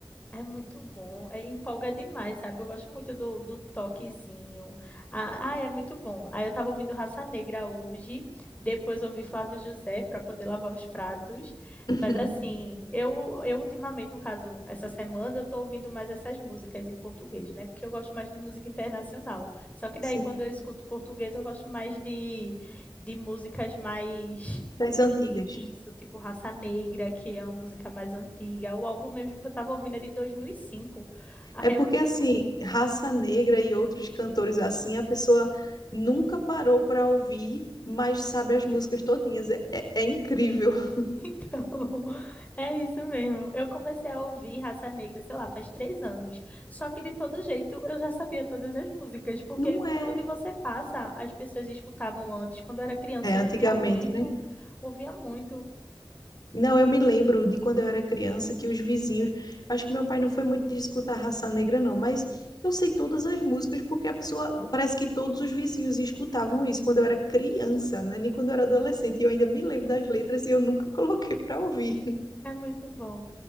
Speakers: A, on the left; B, on the left.
A: É muito bom, é, empolga demais, sabe? Eu gosto muito do, do toquezinho. Ah, ah, é muito bom. Aí eu tava ouvindo Raça Negra hoje, depois ouvi Flávio José para poder lavar os pratos.
B: <laughs>
A: Mas assim, eu, eu ultimamente, no caso, essa semana, eu tô ouvindo mais essas músicas em português, né? Porque eu gosto mais de música internacional. Só que daí,
B: Sim.
A: quando eu escuto português, eu gosto mais de, de músicas mais.
B: Das antigas.
A: Isso, tipo Raça Negra, que é a música mais antiga. O álbum mesmo que eu tava ouvindo é de 2005. Aí
B: É porque,
A: é muito
B: assim,
A: bom. <laughs>
B: Raça Negra e outros cantores assim, a pessoa nunca parou para ouvir, mas sabe as músicas todinhas. É, é, é incrível. <laughs>
A: Então, é isso mesmo. Eu comecei a ouvir Raça Negra, sei lá, faz três anos. Só que de todo jeito eu já sabia todas as músicas, porque
B: Não é,
A: por onde você passa, as pessoas escutavam antes. Quando eu era criança,
B: é antigamente,
A: eu ouvia muito,
B: né?
A: ouvia muito.
B: Não, eu me lembro de quando eu era criança que os vizinhos. Acho que meu pai não foi muito de escutar Raça Negra, não, mas eu sei todas as músicas porque a pessoa. Parece que todos os vizinhos escutavam isso quando eu era criança, né? Nem quando eu era adolescente. E eu ainda me lembro das letras e eu nunca <laughs> coloquei para ouvir.
A: É muito bom,